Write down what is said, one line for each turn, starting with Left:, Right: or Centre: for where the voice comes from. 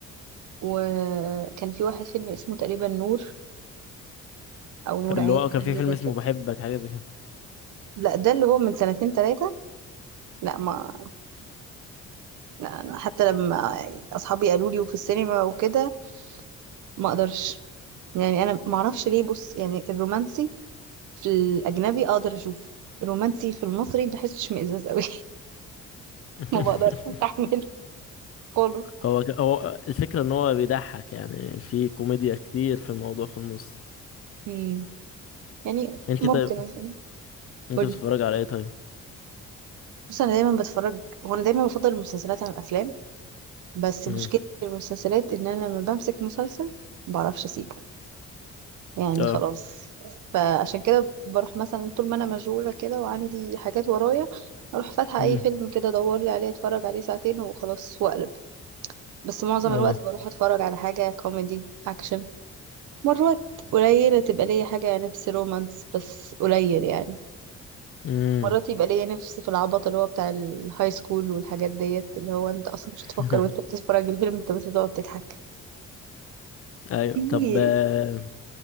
Right: وكان في واحد فيلم اسمه تقريبا نور أو نور
Left: اللي
Right: عين
Left: هو كان
Right: حاجة
Left: في فيلم
Right: زي
Left: اسمه
Right: كده
Left: بحبك حاجة زي كده
Right: لا ده اللي هو من سنتين ثلاثة لا ما لا أنا حتى لما أصحابي قالوا لي وفي السينما وكده ما أقدرش يعني أنا ما أعرفش ليه بص يعني الرومانسي في الأجنبي أقدر أشوفه الرومانسي في المصري بحسش مئزاز قوي <laughs>
Left: <laughs>
Right: ما بقدرش أستحمله خالص
Left: هو ك... هو الفكرة ان هو بيضحك يعني في كوميديا كتير في الموضوع في النص
Right: مم. يعني
Left: انت
Right: ممكن
Left: طيب
Right: مثلا
Left: انت
Right: قولي
Left: بتتفرج على ايه طيب
Right: بص أنا دايما بتفرج هو أنا دايما بفضل المسلسلات على الأفلام بس
Left: مم.
Right: مشكلتي في المسلسلات إن أنا لما بمسك مسلسل ما بعرفش أسيبه يعني
Left: اه
Right: خلاص فعشان كده بروح مثلا طول ما انا مشغولة كده وعندي حاجات ورايا اروح فاتحة
Left: مم.
Right: اي فيلم كده ادور لي عليه اتفرج عليه ساعتين وخلاص واقلب بس معظم
Left: اه
Right: الوقت بروح اتفرج على حاجة كوميدي اكشن مرات قليلة تبقى ليا حاجة نفس رومانس بس قليل يعني
Left: مم.
Right: مرات يبقى ليا نفس في العبط اللي هو بتاع الهاي سكول والحاجات ديت اللي هو انت اصلا
Left: <laughs>
Right: مش هتفكر وانت بتتفرج الفيلم انت بس بتقعد تضحك
Left: ايوه
Right: في
Left: طب آه،